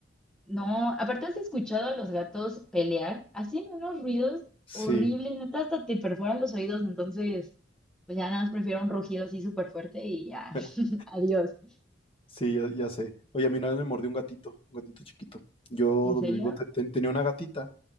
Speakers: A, in the centre; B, on the left.
A: no. Aparte, ¿has escuchado a los gatos pelear? Hacen unos ruidos
B: Sí,
A: horribles, neta, hasta te perforan los oídos. Entonces, pues ya nada más prefiero un rugido así súper fuerte y ya,
B: <laughs>
A: <laughs> adiós.
B: sí, ya, ya sé. Oye, a mí una vez me mordió un gatito, un gatito chiquito. Yo
A: ¿En
B: donde
A: serio?
B: vivo te- te- tenía una gatita,